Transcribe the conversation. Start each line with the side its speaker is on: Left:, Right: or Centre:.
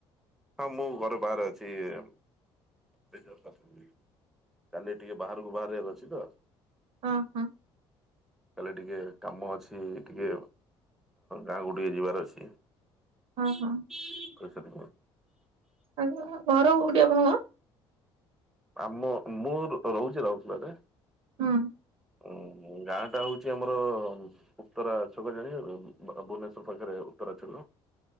Centre: ହଁ ମୁଁ ଘରୁ ବାହାରେ ଅଛି ଏ ଜଷ୍ଟ ଆସିଲି। କାଲି ଟିକେ ବାହାରକୁ ବାହାରିବାର ଅଛି ତ।
Right: ଉଁ ହୁଁ।
Centre: କାଲି ଟିକେ କାମ ଅଛି ଟିକେ ଗାଁକୁ ଟିକେ ଯିବାର ଅଛି। ପ୍ର
Right: ଓହୋ।
Centre: <unintelligible>
Right: ଆପଣ ଘର କୋଉଠି ଆପଣଙ୍କର।
Centre: ଆମ ମୁଁ ରହୁଛି ରାଉରକେଲା ରେ।
Right: ହୁଁ।
Centre: ଉଁ ମୁ ଗାଁ ଟା ହଉଛି ଆମର ଉତ୍ତରା ଛକ ଜାଣିଚ ତ ଭୁବନେଶ୍ଵର ପାଖରେ ଉତ୍ତରା ଛକ।